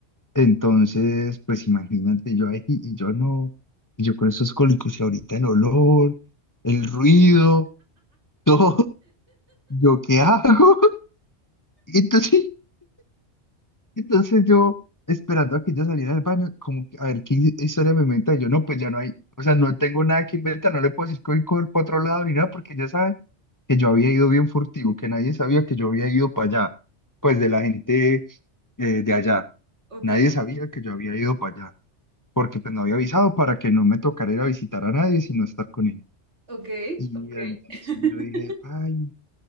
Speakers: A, on the left (about 20°); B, on the right (about 70°).
A: Entonces, pues imagínate, yo ahí y yo no, y yo con esos cólicos y ahorita el olor, el ruido, todo, <laughs> ¿yo qué hago? <laughs> Entonces Entonces yo, esperando a que ella saliera del baño, como que, a ver, ¿qué hi- historia me inventa? Y yo, no, pues ya no hay, o sea, no tengo nada que inventar, no le puedo decir que voy por otro lado ni nada, porque ella sabe que yo había ido bien furtivo, que nadie sabía que yo había ido para allá, pues de la gente eh, de allá,
B: ok,
A: nadie sabía que yo había ido para allá, porque pues no había avisado para que no me tocara ir a visitar a nadie, sino estar con él.
B: ok,
A: Y
B: ok.
A: entonces
B: <laughs>
A: yo dije, ay,